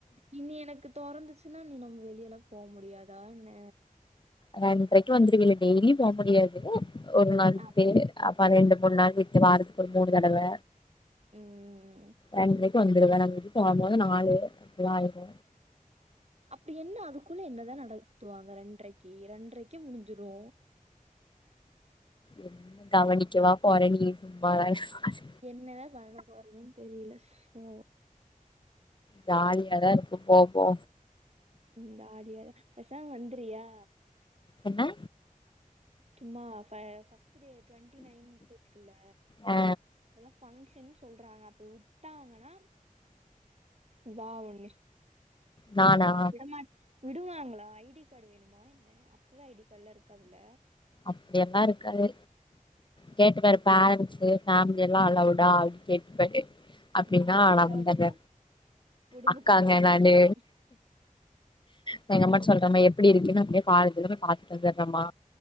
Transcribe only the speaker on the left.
ரெண்ட்ரைக்கு வந்துருவில டெய்லி போ முடியாது ஒரு மந்த்து
அப்ப ரெண்டு மூணு நாள் விட்டு வாரத்துக்கு ஒரு மூணு தடவ
ரெண்ட்ரைக்கு வந்துருவ நா வீட்டுக்கு வரும்போது நாலு அப்டி ஆய்டு
என்ன கவனிக்கவா போறே நீ சும்மா வேற <unintelligible>
ஜாலியாதா இருக்கு போவோ
என்ன
ஆ
நானா
அப்டியெல்லா இருக்காது கேட்டுப்பாரு பேரண்ட்ஸு ஃபேமிலியெல்லா அலவ்டா அப்டின் கேட்டுப்பாரு அப்டினா
நா வந்துர்ற
அக்காங்க
நானு
நா எங்கம்மாட்
சொல்றமா எப்டி இருக்குன்னு அப்டி காலேஜுல போய் பாதுட் வந்துர்றமா